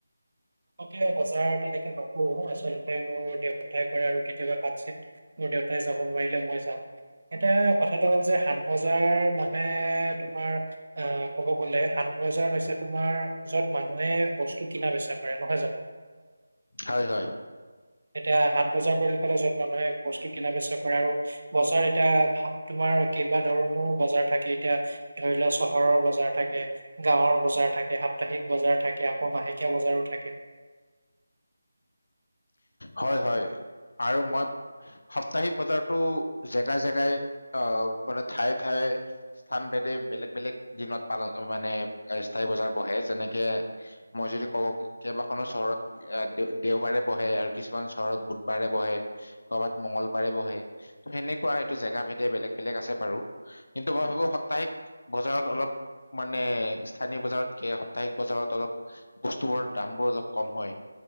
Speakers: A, on the right (about 60°); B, on the left (about 65°).
A: মই বজাৰ তেনেকে নকৰো আচলতে মোৰ দেউতাই কৰে আৰু কেতিয়াবা ভাত চ মোৰ দেউতাই যাব নোৱাৰিলে মই যাওঁ এতিয়া কথাটো হ'ল যে সাত বজাৰ মানে তোমাৰ আহ ক'ব গ'লে সাত বজাৰ হৈছে তোমাৰ য'ত মানুহে বস্তু কিনা বেচা কৰে নহয় জানো
B: হয় হয়
A: এতিয়া হাত বজাৰ বুলি ক'লে য'ত মানুহে বস্তু কিনা বেচা কৰে আৰু বজাৰ এতিয়া হাত তোমাৰ কেইবা ধৰণৰো বজাৰ থাকে এতিয়া ধৰি লোৱা চহৰৰ বজাৰ থাকে গাঁৱৰ বজাৰ থাকে এই সাপ্তাহিক বজাৰ থাকে আকৌ মাহেকীয়া বজাৰো থাকে
B: হয় হয় আৰু মত সাপ্তাহিক বজাৰতো জেগাই জেগাই অ মানে ঠায়ে ঠায়ে স্থান ভেদে বেলেগ বেলেগ দিনত পালন মানে স্থায়ী বজাৰ বহে যেনেকে মই যদি কওঁ কেইবাখনো চহৰত আহ দে দেওবাৰে বহে আৰু কিছুমান চহৰত বুধবাৰে বহে কবাত মংগলবাৰে বহে ত সেনেকুৱা এইটো জেগা ভেদে বেলেগ বেলেগ আছে বাৰু কিন্তু মই ভাবো সপ্তাহিক বজাৰত অলপ মানে স্থানীয় বজাৰতকে সপ্তাহিক বজাৰত অলপ বস্তুবোৰ দাম বোৰ অলপ কম হয়